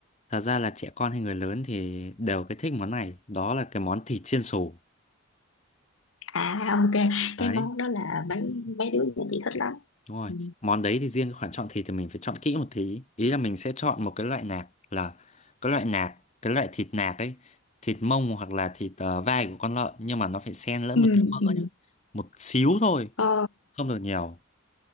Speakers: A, on the left; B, on the left.
A: thật ra là trẻ con hay người lớn thì đều cái thích món này đó là cái món thịt chiên xù
B: à ok
A: đấy
B: cái món đó là mấy mấy đứa nhà chị thích lắm
A: đúng rồi
B: ừ
A: món đấy thì riêng cái khoản chọn thịt thì mình phải chọn kỹ một tí ý là mình sẽ chọn một cái loại nạc là cái loại nạc cái loại thịt nạc ấy thịt mông hoặc là thịt ờ, vai của con lợn nhưng mà nó phải xen lẫn
B: ừ
A: một tí mỡ
B: ừ
A: nữa một xíu thôi
B: ờ
A: không được nhiều